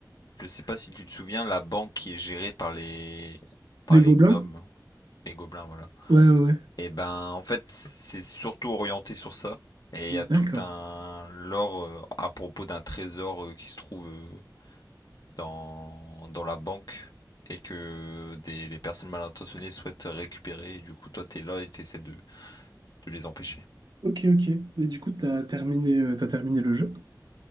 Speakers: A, on the left; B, on the right.
A: Je sais pas si tu te souviens, la banque qui est gérée par les. par
B: Les gobelins?
A: les gnomes, les gobelins, voilà.
B: Ouais, ouais, ouais.
A: Et ben, en fait, c'est surtout orienté sur ça. Et il
B: D'accord.
A: y a tout un lore euh, à propos d'un trésor euh, qui se trouve euh, dans, dans la banque et que des, les personnes mal intentionnées souhaitent récupérer. Et du coup, toi, t'es là et t'essaies de, de les empêcher.
B: Ok, ok. Et du coup, t'as terminé, euh, t'as terminé le jeu?